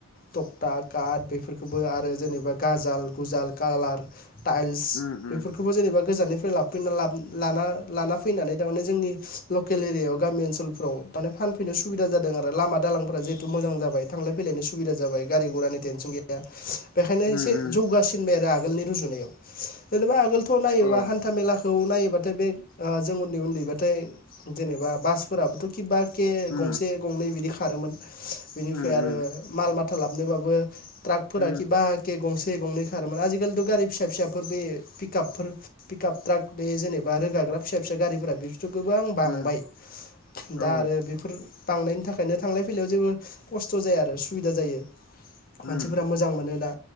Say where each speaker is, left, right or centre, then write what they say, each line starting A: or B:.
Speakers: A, on the left; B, on the left.
A: थक्था काट बेफोरखौबो आरो जेनेबा गाजाल गुजाल कालार टाइल्स
B: उम उम
A: बेफोरखौबो जेनेबा गोजाननि लाबफिनना लाब लाना-लाना फैनानै तामाने जोंनि लकेलि जायाव गामि ओनसोलफ्राव माने फानफैनो सुबिदा जादों आरो लामा दालांफोरा जिहेतु मोजां जाबाय। फैलायनाय सुबिदा जाबाय गारि गुरानि टेनसन गैया। बेखायनो
B: उम
A: एसे
B: उम
A: जौगासिनबाय आरो आग आगोलनि रुजुनायाव जेनेबा आगोल थ' नायोबा
B: औ
A: हान्था मेला खौ नायोबाथाय बे ओ जों उन्दै उन्दैबाथाय जेनेबा बासफोराबोथ' खि बा एखे
B: उम
A: गंसे गंनै बिदि खा खारोमोन।
B: उम
A: आरो माल मा था लाबनोबाबो ट्राकफोरा
B: उम
A: खिबा के गंसे। गंसे गंनै खारोमोन आजिखालिथ' गारि फिसा फिसाफोर बे पिकापफोर पिकआप ट्राक बे जेनेबा रोगाग्रा फिसा फिसा गारिफोरा बे गोबां बांबाय
B: उम औ
A: दा आरो बेफोर बांनायनि थाखायनो थांलाय फैलायाव जेबो खस्थ' जाया आरो सुबिदा जायो
B: उम
A: मानसिफोरा मोजां मोनो दा।